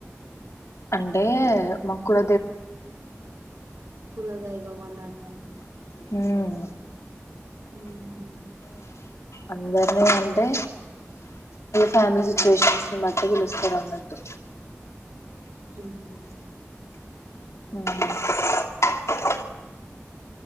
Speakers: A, on the left (about 70°); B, on the right (about 70°).
A: అంటే మక్కుల
B: కులధైవమనట
A: హ్మ్
B: ము ము
A: అందర్నీ అంటే ఫ్యామిలీ సిచువేషన్ ని బట్టి పిలుస్తారు అన్నట్టు
B: ఉహు
A: హ